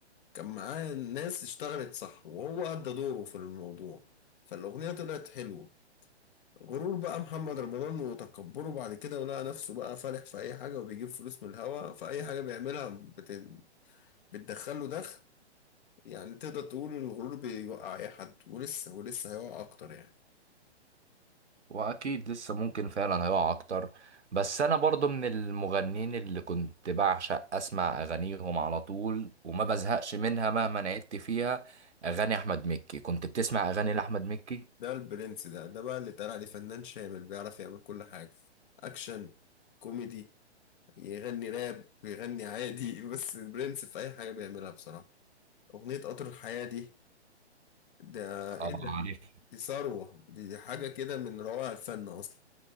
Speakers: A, on the left; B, on the right.
A: كان معاه ناس اشتغلت صح وهو أدى دوره في الموضوع فالأغنية طلعت حلوة غرور بقى محمد رمضان وتكبره بعد كده ولقى نفسه بقى فالح في اي حاجه وبيجيب فلوس من الهوا فاي حاجه بيعملها بت... بتدخل له دخل يعني تقدر تقول إن الغرور بيوقع اي حد ولسه ولسه هيوقع اكتر يعني
B: واكيد لسه ممكن فعلا هيقع اكتر بس انا برضو من المغنين اللي كنت بعشق اسمع اغانيهم على طول وما بزهقش منها مهما عدت فيها اغاني احمد مكي كنت بتسمع اغاني لاحمد مكي
A: ده البرنس ده ده بقى اللي طلع عليه فنان شامل بيعرف يعمل كل حاجه اكشن كوميدي يغني راب بيغني عادي <laughs> بس البرنس في اي حاجه بيعملها بصراحه اغنيه قطر الحياه دي ده
B: اه
A: ايه ده
B: عارف
A: دي ثروه دي, دي حاجه كده من روائع الفن اصلا